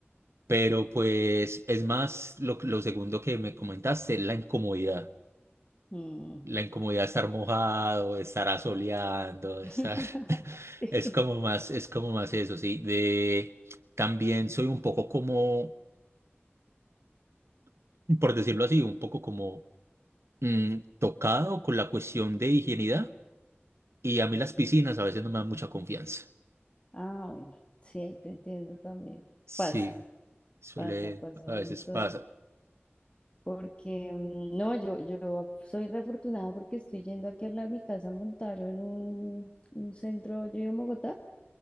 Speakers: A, on the right; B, on the left.
A: Pero pues es más lo, lo segundo que me comentaste, la incomodidad.
B: Mm.
A: La incomodidad de estar mojado, de estar asoleando, de
B: <laughs>
A: estar... <laughs>
B: Sí.
A: Es como más, es como más eso, sí. De... También soy un poco como, por decirlo así, un poco como mm, tocado con la cuestión de higienidad. Y a mí las piscinas a veces no me dan mucha confianza.
B: Ah, bueno, sí, ahí te entiendo también.
A: Sí,
B: Pasa,
A: suele,
B: pasa, pasa
A: a
B: un
A: veces
B: montón.
A: pasa.
B: Porque mm, no, yo, yo soy re afortunada porque estoy yendo aquí al lado de mi casa, montaron un, un centro, yo vivo en Bogotá,